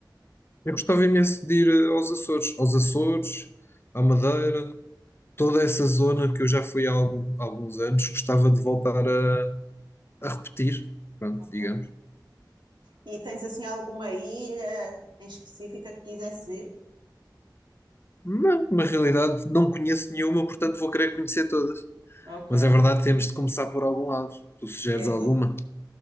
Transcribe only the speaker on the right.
Ok.
E tens assim alguma ilha em específica que quisesse ir?
Ok,
exato.